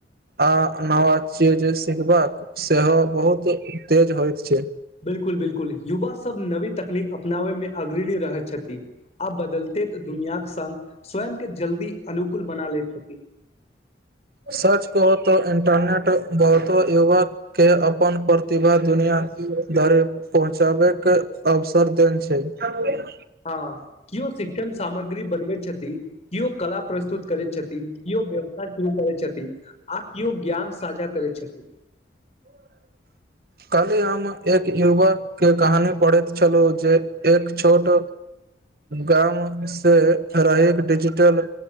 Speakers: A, on the right (about 55°); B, on the left (about 35°).
A: आ नविय जे सिखबाका सेहो बहुत तेज होय छै।
B: बिलकुल बिलकुल युवा सभ नवी तकनीक अपनाबै मे अग्रणी रहैत छथि। आब बदलते दुनियााक स। स्वयं के जल्दी। अनुकूल बना ले छथि।
A: सर्च कहू तऽ इन्टरनेट बहुतो युवाकेँ अपन प्रतिभा दुनिआँ धरि पहुँचाबैके अवसर देने छै।
B: हँ केओ शिक्षण सामग्री बनबै छथि। कओ कला प्रस्तुत करै छै। छथि, केओ व्यवसाय शुरू करै छथि, आ कओ ज्ञान साझा करैत छथि।
A: काल्हि हम एक युवकके कहानी पढ़ैत छलहुँ जे एक छोट गामसँ रहै डिजिटल